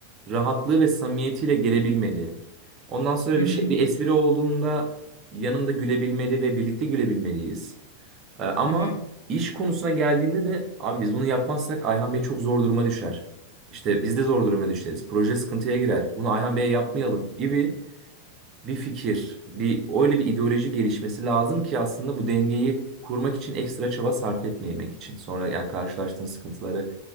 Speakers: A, on the right; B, on the left.
A: Rahatlığı ve samimiyetiyle gelebilmeli. Ondan sonra
B: Hı hı.
A: bir şey bir espri olduğunda yanımda gülebilmeli ve birlikte gülebilmeliyiz. Ee, ama
B: Hı hı.
A: iş konusuna geldiğinde de abi biz bunu yapmazsak Ayhan Bey çok zor duruma düşer. İşte biz de zor duruma düşeriz. Proje sıkıntıya girer. Bunu Ayhan Bey'e yapmayalım gibi bir fikir, bir öyle bir ideoloji gelişmesi lazım ki aslında bu dengeyi kurmak için ekstra çaba sarf etmemek için. Sonra yani karşılaştığın sıkıntıları